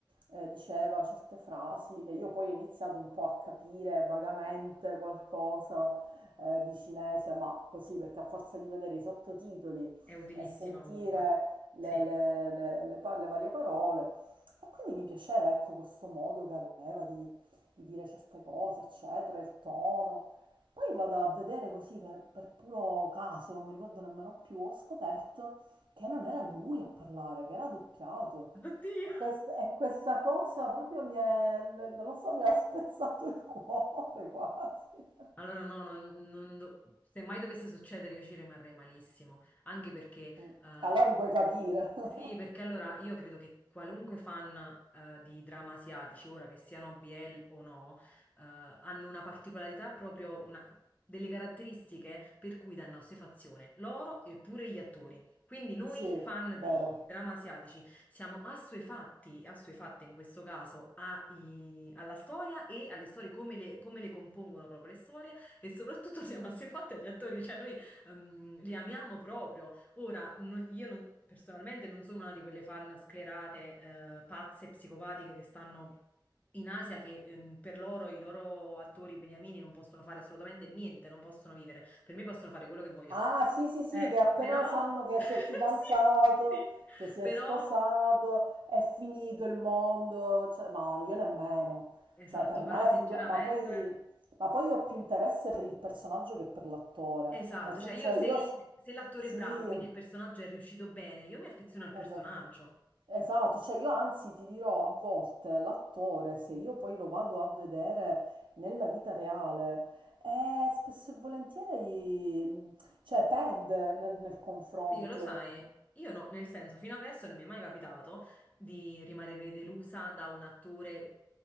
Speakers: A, on the right (about 80°); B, on the left (about 20°).
A: eh, diceva certe frasi, che io poi ho iniziato un po' a capire vagamente qualcosa eh, di cinese, ma così perché a forza di vedere i sottotitoli
B: È utilissima
A: e sentire
B: comunque.
A: le,
B: Sì.
A: le- le- le pa- le varie parole. E quindi mi piaceva, ecco, questo modo che aveva di, di dire certe cose, eccetera, il tono. Poi vado a vedere così per, per puro caso, non mi ricordo nemmeno più, ho scoperto che non era lui a parlare, che era doppiato.
B: Oddio.
A: E, quest- e questa cosa proprio mi è, non lo so, mi ha spezzato il <laughs> cuore quasi.
B: Allora no, non, non do- se mai dovesse succedere io ci rimarrei malissimo, anche perché
A: Mm.
B: eh,
A: Allora non puoi capire. <laughs>
B: Sì, perché allora io credo che qualunque fan eh, di drama asiatici, ora che siano BL o no, eh, hanno una particolarità proprio, una- delle caratteristiche per cui danno assuefazione loro e pure gli attori. Quindi noi
A: Sì,
B: fan
A: vero.
B: di drama asiatici. siamo assuefatti, assuefatte in questo caso ai- alla storia e alle storie, come le, come le compongono proprio le storie e soprattutto <laughs> siamo assuefatti agli attori, cioè noi ehm, li amiamo proprio. Ora, no- io non- personalmente non sono una di quelle fan sclerate, eh, pazze, psicopatiche che stanno... In Asia che ehm, per loro i loro attori beniamini non possono fare assolutamente niente, non possono vivere. Per me possono fare quello che vogliono.
A: Ah, sì, sì, sì,
B: Eh,
A: che appena
B: però,
A: sanno
B: <laughs>
A: che
B: sì,
A: si è fidanzato,
B: sì.
A: che si
B: Però
A: è sposato, è finito il mondo. Cioè, no, io nemmeno.
B: Esatto,
A: Cioè, per me,
B: però sinceramente,
A: figu- ma poi, ma poi io ho più interesse per il personaggio che per l'attore.
B: esatto,
A: Nel senso,
B: cioè io se,
A: io
B: il-
A: s-
B: se l'attore
A: sì,
B: è bravo, quindi il personaggio è riuscito bene, io mi affeziono al
A: esatto.
B: personaggio.
A: Esatto, cioè io anzi ti dirò a volte l'attore, se io poi lo vado a vedere nella vita reale, eh, spesso e volentieri, cioè, perde nel, nel confronto.
B: Oddio, lo sai, io no, nel senso, fino adesso non mi è mai capitato di rimanere delusa da un attore